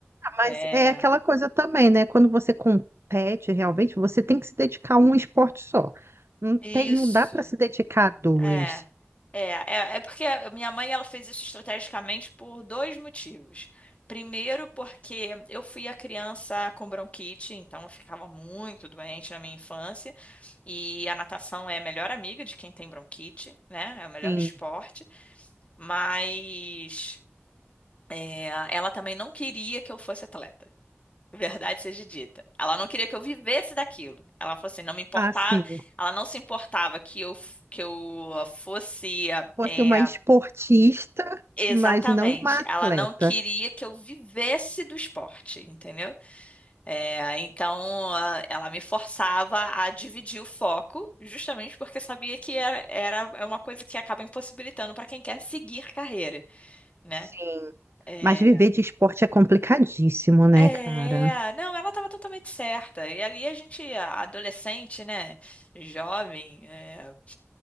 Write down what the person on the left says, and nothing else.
É.
Isso.
É, é, é, é porque a minha mãe ela fez isso estrategicamente por dois motivos. Primeiro, porque eu fui a criança com bronquite, então eu ficava muito doente na minha infância, e a natação é a melhor amiga de quem tem bronquite, né? É o melhor
esporte, mas é, ela também não queria que eu fosse atleta. Verdade seja dita. Ela não queria que eu vivesse daquilo. Ela falou assim, não me importava,
ela não se importava que eu, f- que eu fosse,
é,
exatamente.
Ela não queria que eu vivesse do esporte, entendeu? É, então, a- ela me forçava a dividir o foco, justamente porque sabia que era, era é uma coisa que acaba impossibilitando para quem quer seguir carreira, né?
Eh,
É,
não, ela estava totalmente certa. E ali a gente, a- adolescente, né? Jovem, é,